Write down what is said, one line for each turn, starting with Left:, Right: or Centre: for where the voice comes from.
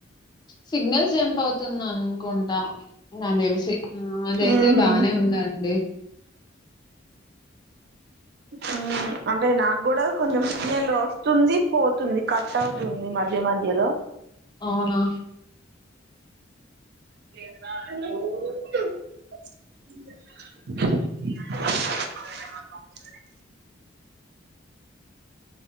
Left: సిగ్నల్స్ జంప్ అవ్ తుంద్ అనుకుంటా నా తెలిసి ఆ అదైతే
Right: మ్మ్
Left: బానే ఉందండి
Right: ఆ అంటే నాకు కూడా కొంచెం సిగ్నల్ వస్తుంది పోతుంది కట్ అవుతుంది మధ్య మధ్యలో
Left: అవునా
Right: అ